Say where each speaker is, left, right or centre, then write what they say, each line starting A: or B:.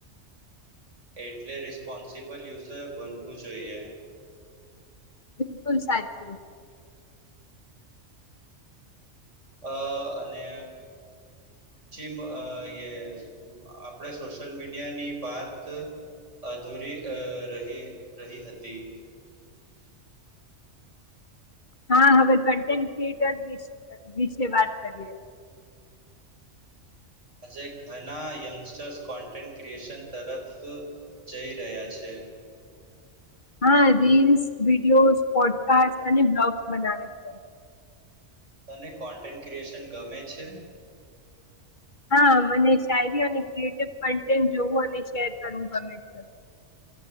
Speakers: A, on the right; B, on the left.
A: એટલે રિસ્પોન્સિબલ યુઝર બનવું જોઈએ.
B: બિલકુલ સાચું.
A: અ અને મ આપણે સોશિયલ મીડિયાની વાત અધૂરી રહી રહી હતી.
B: હા હવે કન્ટેન્ટ ક્રિએટર્ વિશે વાત કરીએ.
A: આજે ઘણા યંગસ્ટર્સ કોન્ટેન્ટ ક્રિએશન તરફ જઈ રહ્યા છે.
B: હા રીલ્સ વિડીયોઝ પોડકાસ્ટ અને બ્લોગ્સ બનાવે છે.
A: તને કોન્ટેન્ટ ક્રિએશન ગમે છે?
B: હા મને શાયરી અને ક્રિએટિવ કન્ટેન્ટ જોવું અને શેર કરવું ગમે છે.